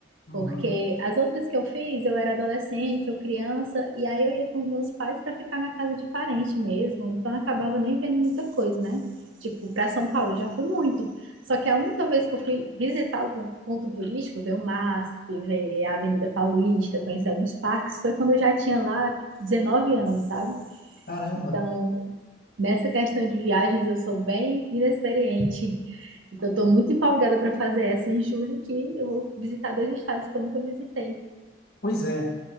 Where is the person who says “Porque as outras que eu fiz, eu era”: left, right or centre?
Right